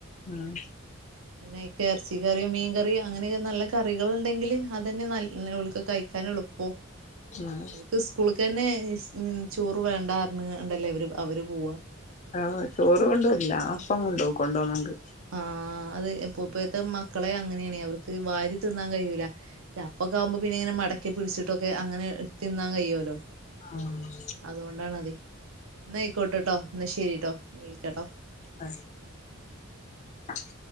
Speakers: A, on the left; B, on the right.
A: ആഹ
B: പിന്നെക്ക യ്ക്ക് ഇറച്ച കറിയോ മീൻ കറിയോ അങ്ങനെയൊക്കെ നല്ല കറികൾ ഉണ്ടെങ്കിൽ അത് തന്നെ നല്ലക്ക് ഓല്ക്ക് കയിക്കാന എളുപ്പം പ്പോ
A: ഉം
B: <unintelligible> ക്ക് സ്കൂളക്ക്ന്നെ ചോറ് വേണ്ടെന്നപറഞ്ഞ് ണ്ടല്ല അവര് പോവാ
A: ആഹ് ചോറ് കൊണ്ടുവല്ല അപ്പ കൊണ്ടവും കൊണ്ടവണ്ട്
B: ആഹ അത് ഇപ്പൊ ഇപ്പോത്തെ മക്കളെ അങ്ങനെയണ അവർക്ക് വാരി തിന്നാൻ കഴിയൂല ഞമൽക് ആവുമ്പോ പിന്നെ ഇങ്ങനെ മടക്കി പിടിച്ചിട്ടൊക്കെ അങ്ങനെ തിന്നാൻ കിയുവോല്ലോ
A: ആഹ്
B: അതുകൊണ്ടാണ്തി ഇന്നാ യിക്കോട്ടട്ടോ ന്ന ശെരിട്ടോ വിളിക്കട്ടോ
A: ആ <inaudible>